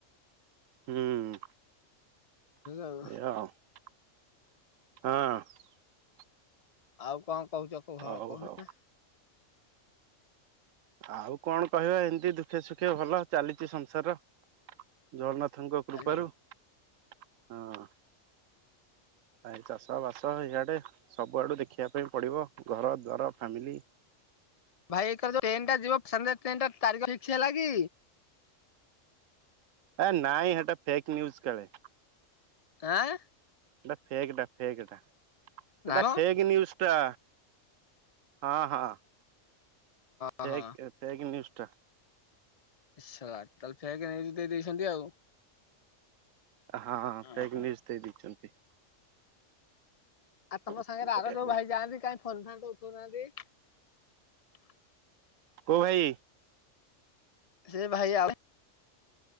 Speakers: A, on the right; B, on the left.
A: ହୁଁ। ଏୟା
B: ଆଉ।
A: ଅଉ ହିଁ।
B: ଆଉ କଣ କହୁଛ କହୁନୁନା?
A: ହଁ ହଉ ହଉ। ଆଉ କଣ କହିବା ଏମିତି ଦୁଃଖେ ସୁଖେ ଭଲ ଚାଲିଛି ସଂସାର <inaudible> ପ୍ରଭୂଙ୍କକୃପାରୁ
B: ହଁ
A: ହଁ। ଆ ଚାଷ ବାସ ଏଇଆଡେ ସବୁଆଡୁ ଦେଖିବା ପାଇଁ ପଡିବ ଘର ଦ୍ୱାର ଫାମିଲି।
B: ଭାଇ ଏକରେ ଟ୍ରେନ ଟା ଯିବନ୍ଧ୍ୟା ଟ୍ରେନ ଟା ତାରିଖଫିକକ୍ସ ହେଲା କି?
A: ଏ ନାଇଁ ହେଟା ଫେକ୍ ନିୁଜ କଳେ?
B: ଆଁ।
A: ସେଟା ଫେକଟା ଫେକତା ସେଟା
B: ନାଇଁ ମ
A: ଫେକ ନିଉଜ ଟା। ହଁ ହଁ।
B: ଓହୋ
A: ଫେକେ ଫେକ୍ ନିୁଜ ଟା।
B: ! ତାହେଲେ ଫେକେ ନେଇକି ଦେଇ ଦେଇେଇଚନ୍ତି ଆଉ।
A: ହଁ
B: ଓହୋ
A: ଫେକ୍ ନିୁଜ ଦେଇ ଦେଇଛନ୍ତି।
B: ଆଉ ତମ
A: କଣ
B: ସାଙ୍ଗରେ
A: କରିବା
B: ଆର ଯୋଉ ଭାଇ ଯାଆନ୍ତି କାଇହିଁ ଫୋନ ଫାନ ଉଠ ଉଠୋଉ ନାହାନ୍ତି।
A: କୋଉ ଭାଇ?
B: ସେ ଭାଇ ଆଉ